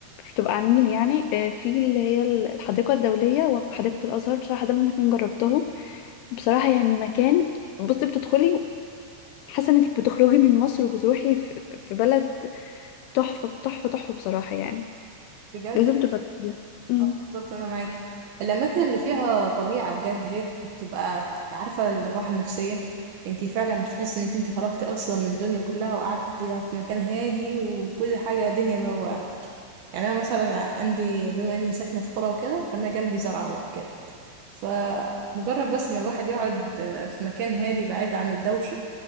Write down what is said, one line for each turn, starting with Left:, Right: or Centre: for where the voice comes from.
Left: مش بتبقى على النيل يعني آه، في اللي هي الحديقه الدوليه وحديقه الازهر بصراحه دول الاتنين جربتهم بصراحة يعني مكان بصي بتدخلي حاسة انك بتخرجي من مصر وبتروحي في في- في بلد تحفة تحفة تحفة بصراحة يعني
Right: بجد
Left: لازم تجربيها أمم.
Right: اه بالظبط انا معاكي الاماكن اللي فيها طبيعه بجد هي بتبقى عارفه الراحه النفسيه انتي فعلا بتحسي انك انتي خرجتي اصلا من الدنيا كلها وقعدتي في مكان هادي وكل حاجه دنيا مروقه معاكي يعني انا مثلا عندي بما اني ساكنه في قرى وكده فانا جنبي زرع وكده فمجرد بس ما الواحد يقعد آه، في مكان هادي بعيد عن الدوشه